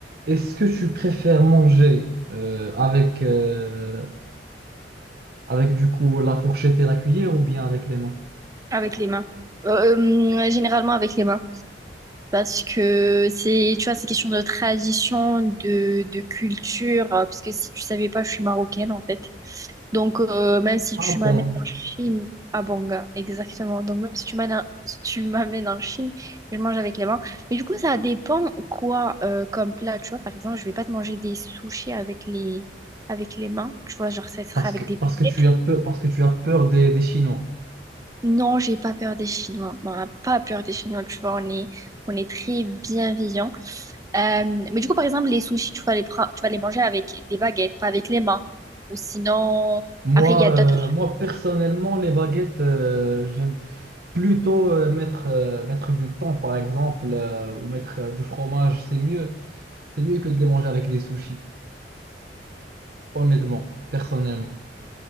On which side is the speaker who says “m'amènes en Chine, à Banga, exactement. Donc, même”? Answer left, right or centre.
Right